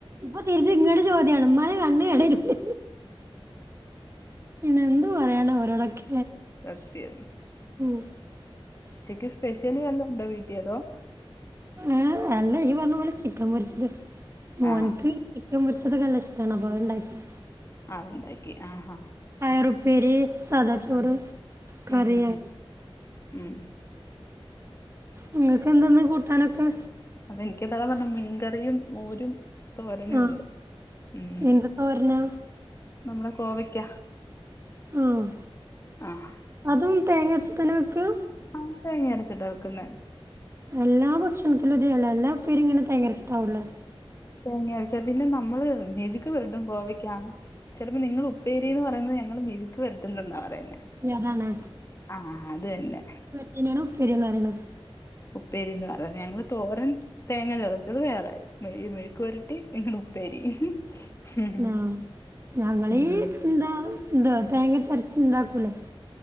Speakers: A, on the right; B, on the left.
A: ഇപ്പൊ തിരിച്ച് ഇങ്ങോട്ട്‌ ചോദ്യാണ് ഉമ്മാന്റെ കണ്ണ് കേടാരിക്കും പിന്ന എന്ത് പറയാന ഓരോടൊക്കെ
B: സത്യം
A: ഉം
B: ചിക്കൻ സ്പെഷ്യൽ വല്ലാം ഉണ്ടോ വീട്ടിൽ അതോ
A: ഏ അല്ല ഈ പറഞ്ഞ പോലെ ചിക്കൻ പൊരിച്ചത് മോന്ക്ക്
B: ആ
A: ചിക്കൻ പൊരിച്ചതൊക്കെ നല്ല ഇഷ്ടാണ് അപ്പ അത് ഇണ്ടാക്കി
B: അത് ഇണ്ടാക്കി ആഹാ
A: പയറുപ്പേരി, സാദ ചോറ്,
B: ആ.
A: കറി
B: ഉം ഉം
A: അ
B: ഉം ഉം
A: നിങ്ങക്ക് എന്താന്ന് കൂട്ടാനൊക്കെ?
B: അതെ എനിക്ക് അതാണ് പറഞ്ഞത് മീൻകറിയും മോരും തോരനൂണ്ട്.
A: ആഹ്
B: ഉം
A: എന്ത് തോരനാ
B: നമ്മളെ കോവയ്ക്ക.
A: ആഹ്
B: ആ
A: അതും തേങ്ങ അരച്ചിട്ടന്നെ വെക്കാ?
B: ആ തേങ്ങ അരച്ചിട്ട വെയ്ക്കുന്നെ.
A: എല്ലാ ഭക്ഷണത്തിലും ഇതേ അല്ല എല്ലാ ഉപ്പേരിയും ഇങ്ങനെ തേങ്ങഅരച്ചിട്ടാവുല്ലേ.
B: തേങ്ങ്യ അരച്ചത്. പിന്നെ നമ്മള് മെഴുക്ക് പെരട്ടും കോവയ്ക്ക ചിലപ്പോ നിങ്ങൾ ഉപ്പേരി ന്ന് പറയുന്നത് ഞങ്ങൾ മിഴുക്ക് വരട്ടും ന്നെന്നാ പറയുന്നേ
A: യെ അതാണ്.
B: ആഹ് അത് തന്നെ
A: തിനെ ആണൊ ഉപ്പേരിന്ന് പറിണത്?
B: ഉപ്പേരിന്ന് പറയ്ന്നെ ഞങ്ങള് തോരൻ തേങ്ങ ചതച്ചത് വേറെ മെഴു മെഴുക്കു പെരട്ടി ഞങ്ങടെ ഉപ്പേരി. ഉം
A: ആഹ് ഞങ്ങളീ
B: ഉം
A: എന്താ ഇന്താ തേങ്ങ ചേർത്ത് ഇണ്ടാക്കൂലേ